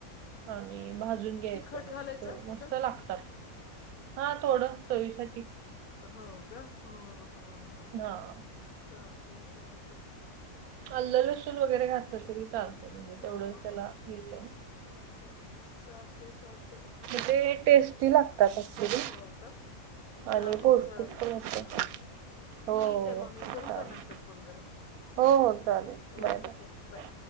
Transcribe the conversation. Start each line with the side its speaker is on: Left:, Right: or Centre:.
Left: हम्म
Right: आणि भाजून घ्यायचं.
Left: तिखट
Right: मस्त
Left: घालायचं
Right: मस्त
Left: तिखट
Right: लागतात हा थोड चवीसाठी.
Left: हो का ह हो हो
Right: हां,
Left: चालत चालते.
Right: अल्लसुण वगैरे घातलं तरी चालतय म्हणजे तेवढंच
Left: हो
Right: त्याला
Left: हो हो
Right: येते.
Left: हम्म चालते चालते.
Right: ते टेस्टी लागतात अखरी.
Left: हो का चालेल
Right: आणि पौष्टिक
Left: चालेल
Right: पण असत.
Left: हा हा
Right: हो
Left: ठीक आहे मग मी
Right: चालेल
Left: करू का नंतर फोन जरा
Right: हो हो चालेल बाय
Left: ओके
Right: बाय.
Left: चालते